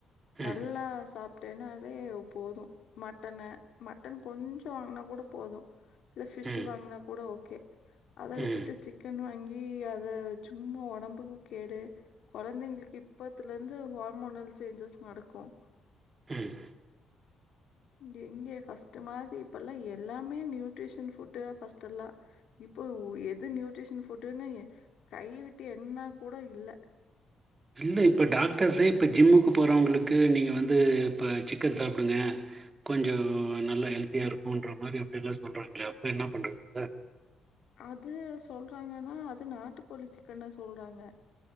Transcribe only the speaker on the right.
ம்
ம்
ம்
ம்
இல்ல இப்ப டாக்டர்ஸே இப்ப ஜிம்முக்கு போறவங்களுக்கு நீங்க வந்து இப்ப சிக்கன் சாப்புடுங்க கொஞ்சம் நல்லா ஹெல்தியா இருக்குன்ற மாரி அப்படி எல்லாம் சொல்றாங்கள அப்ப என்ன பண்றது